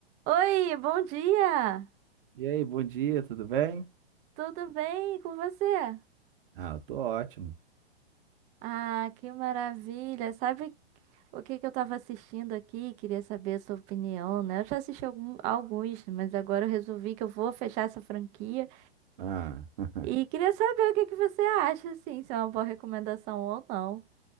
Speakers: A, on the right; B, on the right.
A: Oi, bom dia!
B: E aí, bom dia, tudo bem?
A: Tudo bem com você?
B: Ah, eu tô ótimo.
A: Ah, que maravilha! Sabe o que que eu tava assistindo aqui? Queria saber a sua opinião, né? Eu já assisti algum- alguns, mas agora eu resolvi que eu vou fechar essa franquia
B: Ah, <laughs>
A: e queria saber o que que você acha, assim, se é uma boa recomendação ou não.